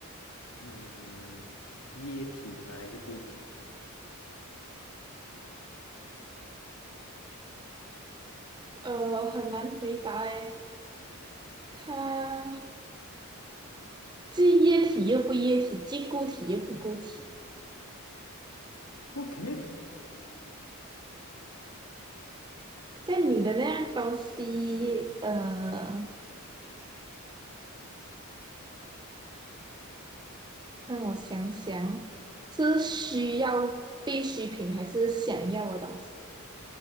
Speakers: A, on the left (about 85°); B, on the right (about 20°).
A: 嗯液体吗？还是固体
B: 呃，很难回答诶，它既液体又不液体，既固体又不固体。
A: ？OK，
B: 像你的那样东西，呃，让我想想，是需要必需品还是想要的东西？